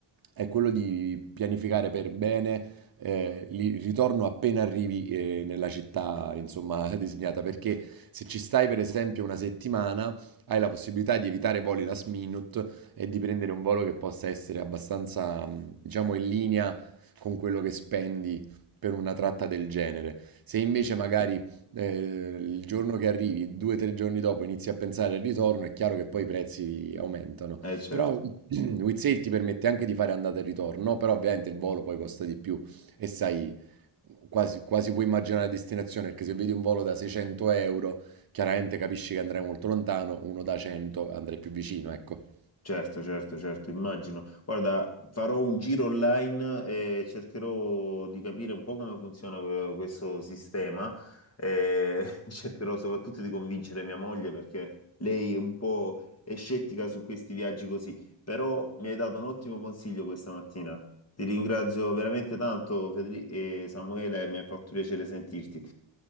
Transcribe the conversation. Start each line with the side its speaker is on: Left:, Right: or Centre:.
Right: è quello di pianificare per bene eh, il ritorno appena arrivi eh, nella città, insomma, <laughs> designata, perché se ci stai per esempio una settimana, hai la possibilità di evitare voli last minute e di prendere un volo che possa essere abbastanza, mh, diciamo, in linea con quello che spendi per una tratta del genere. Se invece magari eh, il giorno che arrivi, due o tre giorni dopo, inizi a pensare al ritorno, è chiaro che poi i prezzi aumentano.
Left: eh, certo,
Right: Però <clears throat> Wizzair ti permette anche di fare andata e ritorno, no? però ovviamente il volo poi costa di più e sai, quasi, quasi puoi immaginare la destinazione, perché se vedi un volo da 600 euro Chiaramente capisci che andrai molto lontano, uno da 100 andrai più vicino, ecco.
Left: certo, certo, certo, immagino. Guarda, farò un giro online e cercherò di capire un po' come funziona que- questo sistema e <laughs> cercherò soprattutto di convincere mia moglie perché lei è un po' è scettica su questi viaggi così, però mi hai dato un ottimo consiglio questa mattina. Ti ringrazio veramente tanto, Federico e Samuele, mi ha fatto piacere sentirti.